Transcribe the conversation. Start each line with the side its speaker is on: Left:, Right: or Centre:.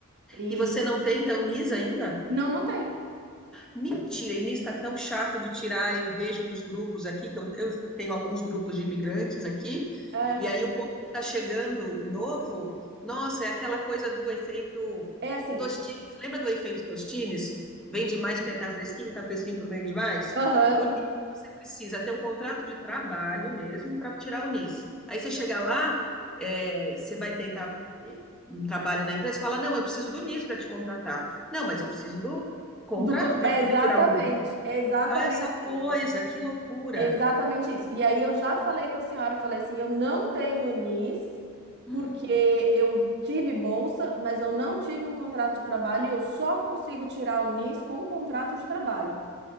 Right: E
Centre: E você não tem, então, NIS ainda?
Right: não, não tem.
Centre: Mentira, e nisso está tão chato de tirar. Eu vejo nos grupos aqui, que eu, eu tenho alguns grupos de imigrantes aqui,
Right: É,
Centre: e aí o povo está chegando novo. Nossa, é aquela coisa do efeito
Right: é assim.
Centre: Tostines. Lembra do efeito Tostines? Vende mais porque está fresquinho, está fresquinho porque vende mais?
Right: Aham.
Centre: O NIS você precisa ter um contrato de trabalho mesmo para tirar o NIS. Aí você chega lá, é, você vai tentar eh, um trabalho na empresa, fala, não, eu preciso do NIS para te contratar. Não, mas eu preciso do contrato
Right: do con-
Centre: para
Right: é
Centre: poder
Right: exatamente,
Centre: tirar o nível.
Right: é exatamente
Centre: Ah, essa coisa,
Right: isso.
Centre: que loucura.
Right: Exatamente isso. E aí eu já falei com a senhora, falei assim, eu não tenho NIS,
Centre: Hum,
Right: porque eu tive bolsa, mas eu não tive um contrato de trabalho e eu só consigo tirar o NIS com um contrato de trabalho.